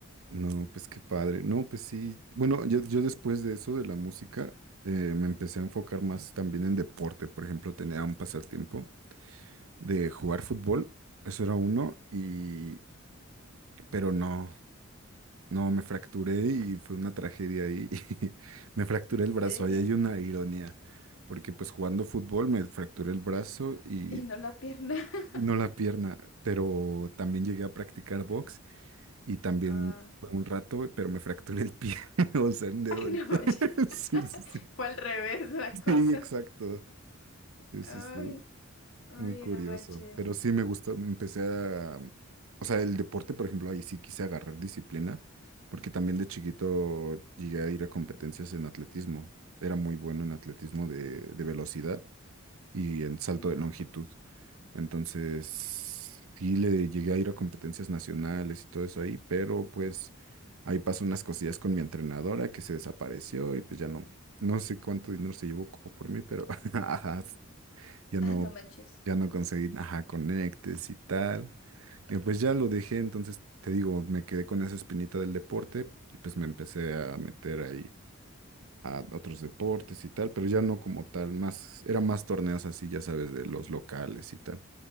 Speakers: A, on the right; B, on the left.
A: No, pues qué padre. No, pues sí. Bueno, yo, yo después de eso de la música eh, me empecé a enfocar más también en deporte. Por ejemplo, tenía un pasatiempo de jugar fútbol, eso era uno, y pero no. No, me fracturé y fue una tragedia ahí. <laughs> Me fracturé
B: ¿En
A: el
B: serio?
A: brazo. Ahí hay una ironía, porque pues jugando fútbol me fracturé el brazo y
B: ¿Y no la pierna? <laughs>
A: y no la pierna, pero también llegué a practicar box y también
B: Ah,
A: fue un rato, pero me fracturé el pie, <laughs> o sea,
B: <laughs>
A: el dedo
B: ay, no
A: del pie.
B: manches.
A: <laughs> Sí,
B: <laughs>
A: sí, sí.
B: Fue al revés la cosa.
A: Sí, exacto. Sí,
B: Ay,
A: sí, sí.
B: ay,
A: Muy curioso,
B: no manches.
A: pero sí me gustó, empecé a, o sea, el deporte, por ejemplo, ahí sí quise agarrar disciplina, porque también de chiquito llegué a ir a competencias en atletismo, era muy bueno en atletismo de, de velocidad y en salto
B: Oh,
A: de longitud, entonces sí le llegué a ir a competencias nacionales y todo eso ahí, pero pues ahí pasó unas cosillas con mi entrenadora que se desapareció y pues ya no, no sé cuánto dinero se llevó como por mí, pero <laughs> ajá, ya no,
B: Ah, no manches.
A: ya no conseguí, ajá, conectes y tal. Y pues ya lo dejé, entonces te digo, me quedé con esa espinita del deporte y pues me empecé a meter ahí a otros deportes y tal, pero ya no como tal, más, eran más torneos así, ya sabes, de los locales y tal.